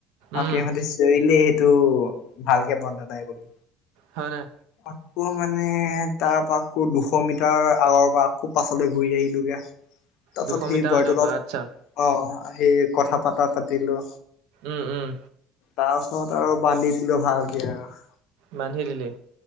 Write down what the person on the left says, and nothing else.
আকৌ হঁতে চিঞৰিলে এইটো ভালকে বনা নাই বুলি
আকৌ মানে তাৰ পৰা আকৌ দুশ মিটাৰ আগৰ পৰা আকৌ পাছলৈ ঘূৰি আহিলোগে তাৰপাছত
সেই
বোৱাৰটোলত
আহ সেই কথা পতা পাতিলো
তাৰপাছত আৰু বান্ধি দিলে ভালকে আৰু